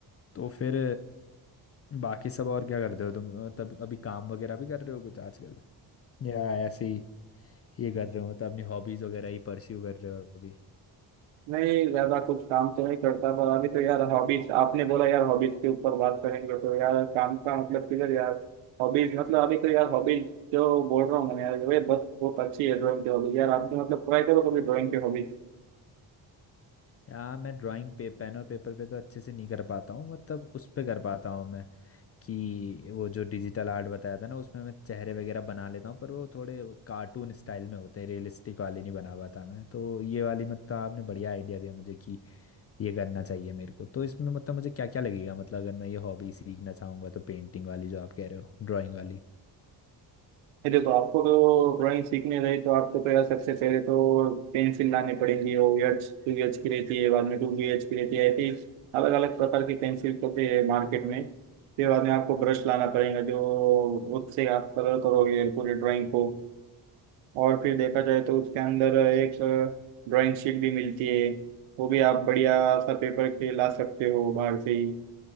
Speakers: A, on the left; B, on the right.
A: तो फिर बाकी सब और क्या करते हो तुम तब अभी काम वगैरह भी कर रहे हो कुछ आजकल या ऐसे ही ये कर रहे हो मतलब अपनी हॉबीज वगैरह ही परस्यू कर रहे हो अभी
B: नहीं ज्यादा कुछ काम तो नहीं करता पर अभी तो यार हॉबीज आपने बोला यार हॉबीज के ऊपर बात करेंगे तो यार काम का मतलब किधर यार हॉबीज मतलब अभी तो यार हॉबीज जो बोल रहा हूँ मैं यार वे बस बहुत अच्छी है ड्राइंग की हॉबीज यार आपने मतलब ट्राई करो कभी ड्राइंग की हॉबीज
A: या मैं ड्राइंग पे पेन और पेपर पे तो अच्छे से नहीं कर पाता हूँ मतलब उस पे कर पाता हूँ मैं कि वो जो डिजिटल आर्ट बताया था ना उसमें मैं चेहरे वगैरह बना लेता हूँ पर वो थोड़े कार्टून स्टाइल में होते हैं रियलिस्टिक वाले नहीं बना पाता मैं तो ये वाली मतलब आपने बढ़िया आइडिया दिया मुझे कि ये करना चाहिए मेरे को तो इसमें मतलब मुझे क्या क्या लगेगा मतलब अगर मैं ये हॉबी सीखना चाहूंगा तो पेंटिंग वाली जो आप कह रहे हो ड्राइंग वाली
B: ये देखो आपको तो ड्राइंग सीखनी रही तो आपको तो यार सबसे पहले तो पेंसिल लानी पड़ेंगी ओ एच टू एच की रहती है बाद में टू बी एच की रहती है ऐसी अलग अलग प्रकार की पेंसिल होती है मार्केट में फिर बाद में आपको ब्रश लाना पड़ेगा जो उससे आप कलर करोगे पूरी ड्राइंग को और फिर देखा जाए तो उसके अंदर एक ड्राइंग शीट भी मिलती है वो भी आप बढ़िया सा पेपर के ला सकते हो बाहर से ही